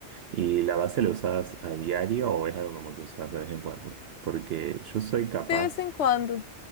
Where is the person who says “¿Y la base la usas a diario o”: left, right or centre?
Right